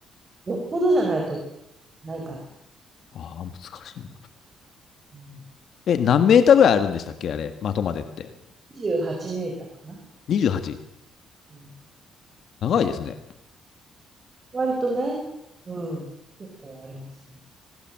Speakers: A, on the right (about 25°); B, on the left (about 60°).
A: よっぽどじゃないとないかな。
B: ああ、難しいな。
A: うん
B: え、何メーターぐらいあるんでしたっけあれ、的までって。
A: 28メーターかな。
B: 28?
A: うん。
B: 長いですね。
A: 割とね、うん。結構ありますね。